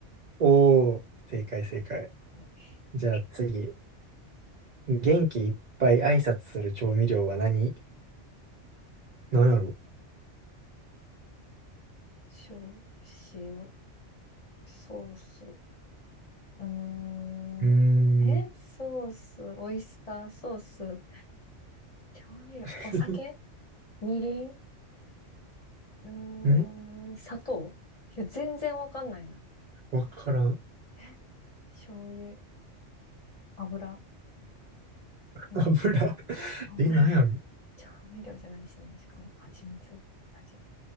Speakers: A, on the right; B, on the left.
A: おー、正解正解。
B: はい
A: じゃあ次。元気いっぱい挨拶する調味料は何何やろ
B: 塩、塩、ソース。うーん。
A: うー
B: え、
A: ん。
B: ソース、オイスターソース、調味料、
A: <laughs>
B: お酒、みりん、うー
A: ん
B: ん、砂糖。いや、全然わかんないな。
A: わからん。
B: え、醤油、油、
A: 油。
B: うん、
A: <laughs>
B: 油。
A: え、何やろう
B: 調味料じゃないしね、しかも、蜂蜜。蜂蜜